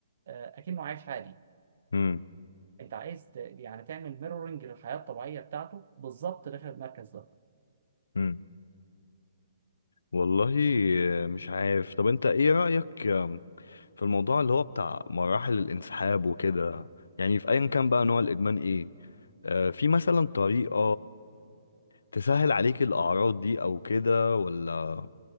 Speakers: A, on the right; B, on the left.
A: آه، اكنه عايش عادي
B: امم
A: انت عايز ت- يعني تعمل ميرورنج للحياه الطبيعيه بتاعته بالظبط داخل المركز ده
B: امم والله مش عارف طب انت ايه رأيك في الموضوع اللي هو بتاع مراحل الانسحاب وكده يعني في ايا كان بقى نوع الادمان ايه آه في مثلا طريقة تسهل عليك الاعراض دي او كده ولا